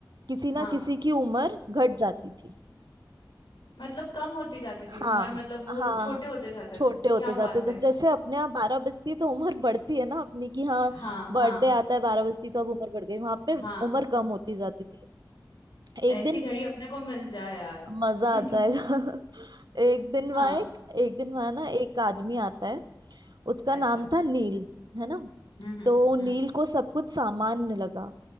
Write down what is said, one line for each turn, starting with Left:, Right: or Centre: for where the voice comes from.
Right: किसी ना
Left: हाँ
Right: किसी की उम्र घट जाती थी
Left: मतलब कम होती जाती थी
Right: हाँ
Left: उम्र मतलब वो
Right: हाँ
Left: छोटे होते जाते
Right: छोटे
Left: थे
Right: होते
Left: क्या
Right: जाते
Left: बात
Right: हैं। जै-
Left: है
Right: जैसे अपने यहाँ बारह बजती है तो उम्र बढ़ती है ना अपनी की हाँ
Left: हाँ
Right: बर्थडे
Left: हाँ
Right: आता है बारह बजती तो अब उम्र बढ़ गई वहां पे
Left: हाँ
Right: उम्र कम
Left: हाँ
Right: होती जाती थी एक
Left: ऐसी
Right: दिन
Left: घड़ी अपने को मिल जाए यार
Right: मजा
Left: <laughs>
Right: आ जाएगा <laughs> एक दिन
Left: हाँ
Right: वहां एक, एक दिन वहां ना एक आदमी आता है उसका
Left: अच्छा
Right: नाम था नील है ना
Left: हम्म हम्म
Right: तो नील
Left: हम्म
Right: को सब कुछ सामान्य लगा